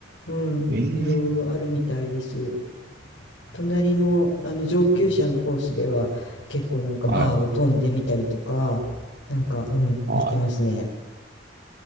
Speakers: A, on the left; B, on the right.
A: うん、
B: え
A: いろいろあるみたいです。
B: え
A: 隣の、あの上級者のコースでは結構なんかバーを飛んでみたりとか、
B: はい。
A: なんか、うん、
B: は
A: やってますね。